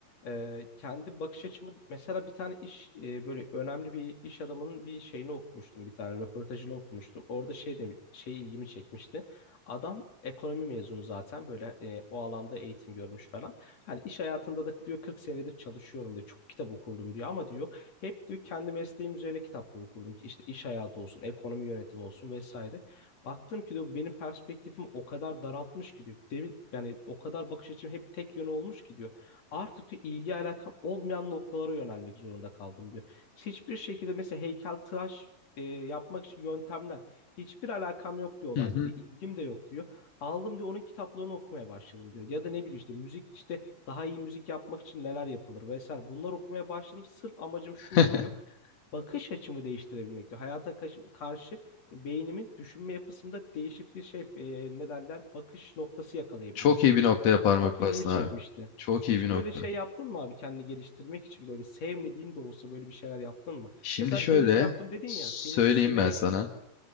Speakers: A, on the left (about 40°); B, on the left (about 55°).
A: Ee, kendi bakış açımı mesela bir tane iş e, böyle önemli bir iş adamının bir şeyini okumuştum bir tane röportajını okumuştum orada şey de şey ilgimi çekmişti adam ekonomi mezunu zaten böyle e, o alanda eğitim görmüş falan hani iş hayatında da diyor 40 senedir çalışıyorum diyor çok kitap okurdum diyor ama diyor hep diyor kendi mesleğim üzerine kitaplar okurdum işte iş hayatı olsun ekonomi yönetimi olsun vesaire. Baktım ki diyor benim perspektifimi o kadar daraltmış ki diyor. Devi- yani o kadar bakış açım hep tek yön olmuş ki diyor. Artık diyor ilgi alakam olmayan noktalara yönelmek zorunda kaldım diyor. Hiçbir şekilde mesela heykeltıraş e, yapmak için yöntemler hiçbir alakam yok diyor olayla
B: Hı hı.
A: diyor. İlgim de yok diyor. Aldım diyor onun kitaplarını okumaya başladım diyor. Ya da ne bileyim işte müzik işte daha iyi müzik yapmak için neler yapılır vesaire. Bunlar okumaya başladım. Sırf amacım şuydu
B: <laughs>
A: diyor bakış açımı değiştirebilmek diyor. Hayata kaş- karşı e, beynimin düşünme yapısında değişik bir şey e, ne derler bakış noktası yakalayabilmek
B: Çok iyi
A: diyor.
B: bir noktaya parmak
A: Bu Çok ilgimi
B: bastın
A: çekmişti.
B: abi. Çok
A: Hiç
B: iyi bir nokta.
A: böyle şey yaptın mı abi kendini geliştirmek için böyle sevmediğin de olsa böyle bir şeyler yaptın mı?
B: Şimdi
A: Mesela
B: şöyle
A: tenis yaptım dedin
B: söyleyeyim
A: ya tenis severek
B: ben sana.
A: mi yaptın?